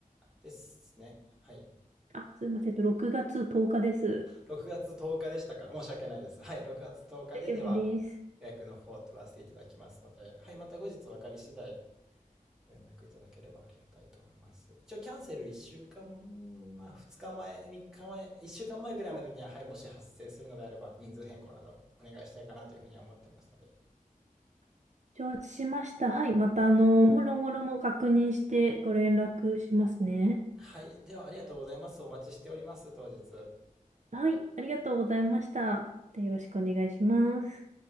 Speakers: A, in the centre; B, on the right.
A: ですね。はい。
B: あ、すいません。えっと、6月10日です。
A: 6月10日でしたか。申し訳ないです。はい。6月10日で、
B: 大丈夫です。
A: では予約の方を取らせていただきますので、はい。また後日分かり次第ご連絡いただければありがたいと思います。一応キャンセル1週間、まあ2日前、3日前、1週間前ぐらいまでには、
B: あ
A: はい、もし発生するのであれば人数変更などお願いしたいかなというふうには思ってますので。
B: 承知しました。はい。また、あの、もろもろも確認してご連絡しますね。
A: はい。ではありがとうございます。お待ちしております、当日。
B: はい。ありがとうございました。でよろしくお願いします。